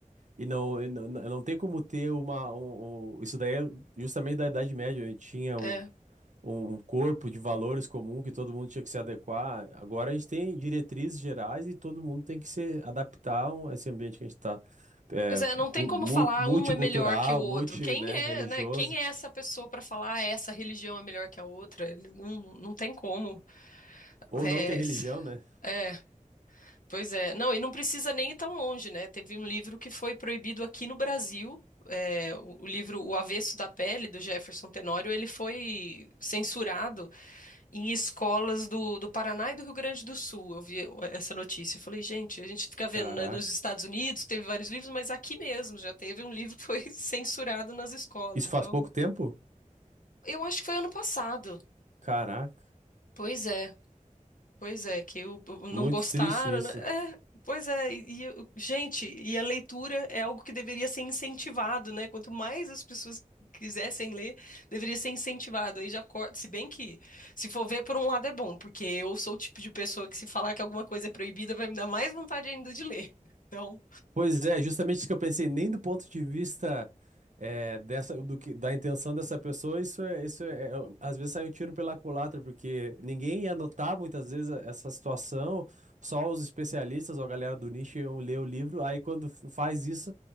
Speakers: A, on the right; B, on the left.
A: e não, e não, não tem como ter uma. Um, um- isso daí é justamente da Idade Média, onde tinha um,
B: é.
A: um um corpo de valores comum que todo mundo tinha que se adequar. Agora a gente tem diretrizes gerais e todo mundo tem que se adaptar a esse ambiente que a gente está. É,
B: Pois é, não tem
A: cu-
B: como
A: mu-
B: falar
A: multicultural,
B: um é melhor que o outro.
A: multi,
B: Quem
A: né,
B: é,
A: religioso.
B: né? Quem é essa pessoa para falar "Ah, essa religião é melhor que a outra? Ele não, não tem como.
A: Ou
B: É,
A: não ter religião, né?
B: é, pois é. Não, e não precisa nem ir tão longe, né? Teve um livro que foi proibido aqui no Brasil. é, o o livro O Avesso da Pele, do Jefferson Tenório, ele foi censurado em escolas do, do Paraná e do Rio Grande do Sul. Eu vi essa notícia. Eu falei, gente, a gente fica vendo,
A: Caraca.
B: né, nos Estados Unidos teve vários livros, mas aqui mesmo já teve um livro que foi <laughs> censurado nas escolas.
A: Isso
B: Então,
A: faz pouco tempo?
B: eu acho que foi ano passado.
A: Caraca,
B: Pois é. Pois é, que o, o- não
A: muito
B: gostaram,
A: triste isso.
B: né? É, pois é, e, e o- gente, e a leitura é algo que deveria ser incentivado, né? Quanto mais as pessoas quisessem ler, deveria ser incentivado. Aí já corta, se bem que, se for ver por um lado é bom, porque eu sou o tipo de pessoa que se falar que alguma coisa é proibida, vai me dar mais vontade ainda de ler. <laughs> Então,
A: Pois é, justamente isso que eu pensei, nem do ponto de vista eh, dessa, do que, da intenção dessa pessoa, isso é, isso é, é- às vezes sai um tiro pela culatra, porque ninguém ia notar muitas vezes a- essa situação, só os especialistas ou a galera do nicho iam ler o livro, aí quando f- faz isso,